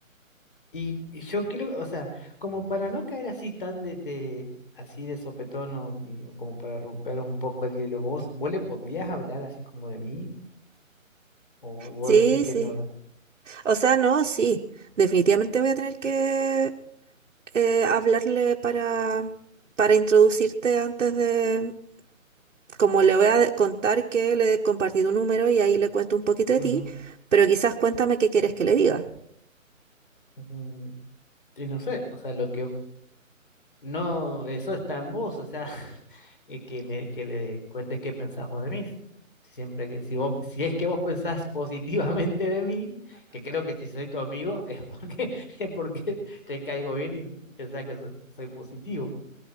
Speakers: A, on the left; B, on the right.
A: y y yo quiero, o sea, como para no caer así tan de, de- así de sopetón o, y- o como para romper un poco el hielo, vos, vos le podrías hablar así como de mí o vos
B: Sí,
A: decís
B: sí.
A: que no da.
B: O sea, no, sí. Definitivamente voy a tener que eh, hablarle para, para introducirte antes de... Como le voy a de- contar que le he compartido un número y ahí le cuento un poquito de
A: Ujú,
B: ti, pero quizás cuéntame qué quieres que le diga.
A: ujú. Y no sé, o sea, lo que no, eso está en vos, o sea, <laughs> y que, me, que le cuentes qué pensás vos de mí. Si Siempre que, si vos, si es que vos pensás <laughs> positivamente de mí, que creo que si soy tu amigo es porque, <laughs> es porque te caigo bien y pensás que so- soy positivo,